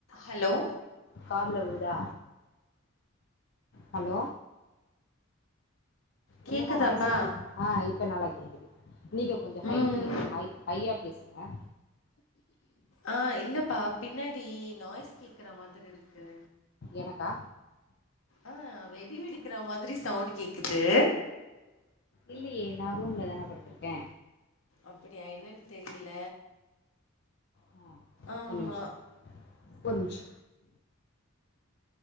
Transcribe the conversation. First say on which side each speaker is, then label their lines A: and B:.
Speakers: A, on the left; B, on the left.
A: Hello
B: காதுல விழுதா hello
A: கேக்குதாப்பா
B: என்னமா வாயசேகே ஆ இப்ப நல்லா கேக்குது நீங்க கொஞ்சோ
A: ம்
B: ஹை ஸ்பீ ஹை ஹையா பேசுங்க
A: ஆ இல்லப்பா பின்னாடி நாய்ஸ் கேட்குற மாதிரி இருக்கு
B: எனக்கா
A: ஆ வெடி வெடிக்கிற மாதிரி சவுண்டு கேக்குது
B: இல்லேயே நா ரூம்ல தான படுத்துருக்க
A: அப்படியா என்னன் தெரில
B: ஆ
A: ஆமா
B: ஒரு நிமிஷோ ஒரு நிமிஷ்